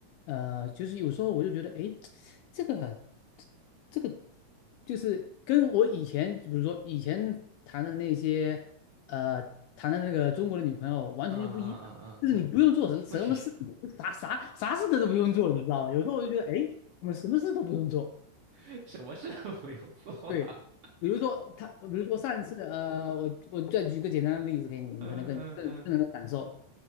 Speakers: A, on the left; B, on the right.
A: 呃，就是有时候我就觉得，哎，这个这个就是跟我以前，比如说以前谈的那些呃谈的那个中国的女朋友完全就不一样就是你不用做什什么事情，
B: 嗯嗯嗯嗯，不一样
A: 啥啥啥事的都不用做，你知道吗？有时候我就觉得，哎，我们什么事都不用做。
B: <laughs> 什么事都不用做啊。
A: 对，比如说他，比如说上一次，呃，我我再举一个简单的例子给你，你可能更更更能够感受。
B: 嗯嗯嗯